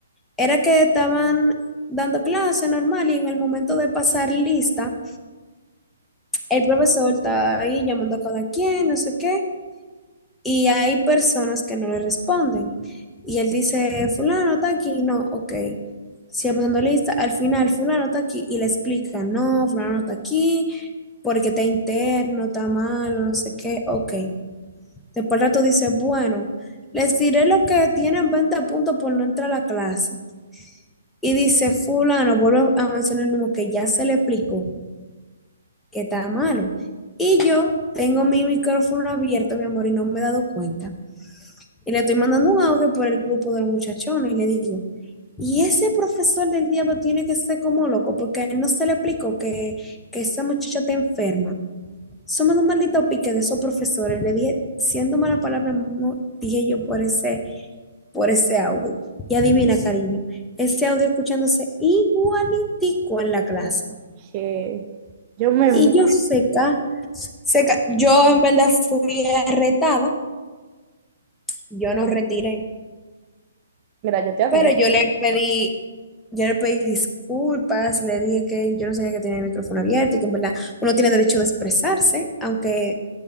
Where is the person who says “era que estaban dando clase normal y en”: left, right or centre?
Centre